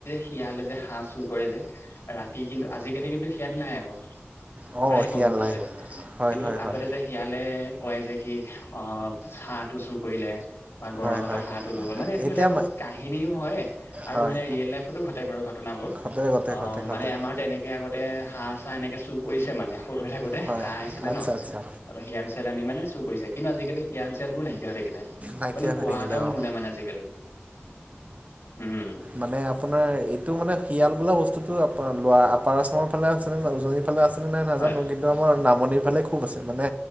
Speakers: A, on the left; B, on the right.
A: শিয়ালে যে হাঁহ চুৰ কৰে যে ৰাতি, কিন্তু আজিকালি কিন্তু শিয়াল নাই আকৌ।
B: অঁ
A: প্ৰায়ে
B: শিয়াল
A: কম হৈছে,
B: নাই হয়
A: কিন্তু
B: হয়
A: আগতে
B: হয়
A: যে শিয়ালে কয় যে কি অ' হাঁহ টো চুৰ কৰিলে। বা গঁৰলা
B: হয় হয়
A: পৰা হাঁহটো লৈ গ'ল, মানে এইটো
B: এতিয়া
A: এটা বহুত কাহিনীও হয় আৰু
B: হয়
A: মানে ৰিয়েল লাইফতো ঘটে বাৰু ঘটনা। এই বোৰ
B: ঘটে ঘটে
A: অ'
B: ঘটে
A: মানে
B: ঘটে
A: আমাৰ তেনেকে আগতে হাঁহ চাহ এনেকে চুৰ কৰিছে মানে। সৰু হৈ থাকোতে
B: হয়
A: হাঁহ আছিলে
B: আচ্ছা
A: ন,
B: আচ্ছা
A: তাৰ পৰা শিয়াল চিয়াল আহি মানে চুৰ কৰিছে, কিন্তু আজিকালি শিয়াল চিয়াল বোৰ নাইকি কিয়া হৈ থাকিলে,
B: নাইকিয়া
A: আপুনি হোৱা
B: হৈ থাকিলে
A: এটাও নুশুনে
B: অঁ
A: মানে আজিকালি। উম
B: মানে আপোনাৰ এইটো মানে শিয়াল বোলা বস্তুটো আপাৰ আচামৰ ফালে আছে, তাৰ পাছত এইফালে আছিলে নাই নাজানো
A: হয়
B: কিন্তু আমাৰ নামনিৰ ফালে খুব আছে। মানে